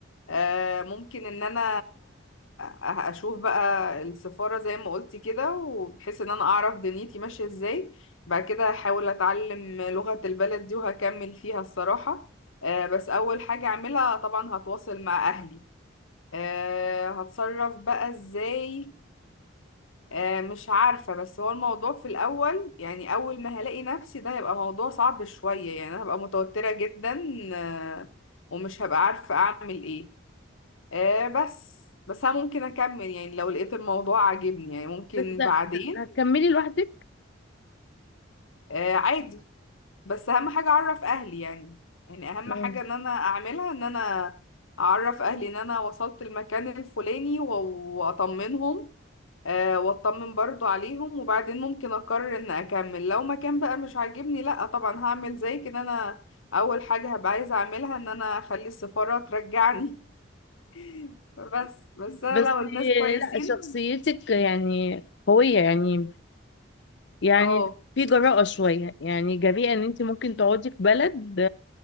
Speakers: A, on the left; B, on the left.
A: آه، ممكن ان انا أه- اشوف بقى السفارة زي ما قلتي كده وبحيث ان انا اعرف دنيتي ماشية ازاي بعد كده احاول اتعلم لغة البلد دي وهكمل فيها الصراحة آه، بس اول حاجة اعملها طبعا هتواصل مع اهلي آه، هتصرف بقى ازاي آه، مش عارفة بس هو الموضوع في الاول يعني اول ما هلاقي نفسي ده هيبقى موضوع صعب شوية يعني أنا هبقى متوترة جدا آه، ومش هبقى عارفة اعمل ايه آه بس بس انا ممكن اكمل يعني لو لقيت الموضوع عاجبني يعني ممكن
B: بس لا
A: بعدين
B: هتكملي لوحدك
A: آه عادي بس اهم حاجة اعرف اهلي يعني يعني اهم
B: آه.
A: حاجة ان انا اعملها ان انا اعرف اهلي ان انا وصلت المكان الفلاني و- واطمنهم آه واطمن برضو عليهم وبعدين ممكن اقرر ان اكمل لو مكان بقى مش عاجبني لا طبعا هعمل زي كده انا اول حاجة هبقى عايزة اعملها ان انا اخلي السفارة ترجعني <laughs> بس بس انا
B: بس
A: لو الناس كويسين
B: لا شخصيتك يعني قوية يعني يعني
A: اه
B: في جراءة شوية يعني جريئة ان انت ممكن تقعدي في بلد